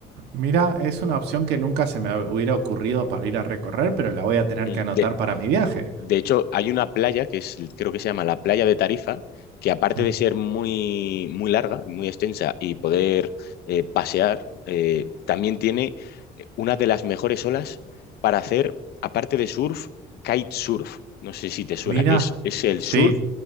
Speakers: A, on the right (about 80°); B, on the left (about 70°).
A: mira, es una opción que nunca se me hubiera ocurrido para ir a recorrer, pero la voy a tener
B: Mm,
A: que anotar
B: De
A: para mi viaje.
B: De hecho, hay una playa que es, creo que se llama la playa de Tarifa, que aparte
A: Sí.
B: de ser muy, muy larga, muy extensa y poder eh, pasear, eh, también tiene eh, una de las mejores olas para hacer, aparte de surf, kitesurf. No sé si te suena,
A: Mira,
B: que es, es el
A: sí,
B: surf,